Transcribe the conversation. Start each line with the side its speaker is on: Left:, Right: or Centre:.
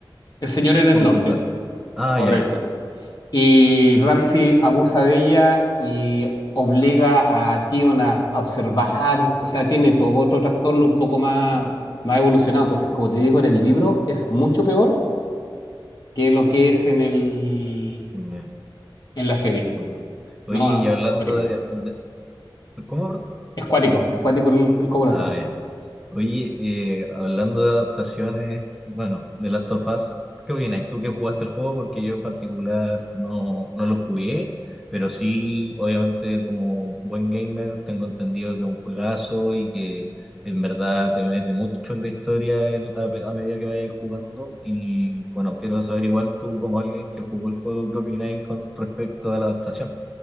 Left: el señor en el
Centre: Con
Left: norte,
Centre: culpable. Ah,
Left: correcto.
Centre: ya, ya.
Left: Y Ramsay abusa de ella y obliga a Tion a, a observar, o sea, tiene todo otro trastorno un poco más,
Centre: Oh,
Left: más evolucionado. Entonces, como te digo, en el libro es mucho peor que lo que es en el,
Centre: ya.
Left: en la serie.
Centre: no, no. Oye,
Left: No,
Centre: y
Left: no,
Centre: hablando
Left: cuático.
Centre: de, de- ¿Cómo, perdón?
Left: Es cuático, es cuático el, el cómo lo hace.
Centre: Ah, ya. Oye, eh, hablando de adaptaciones, bueno, de Last of Us, ¿qué opinas? ¿Tú que jugaste el juego? Porque yo en particular no, no lo jugué, pero sí, obviamente como buen gamer tengo entendido que es un juegazo y que en verdad te mete mucho en la historia en- a, a medida que vayas jugando. Y bueno, quiero saber igual tú como alguien que jugó el juego, ¿qué opinas con respecto a la adaptación?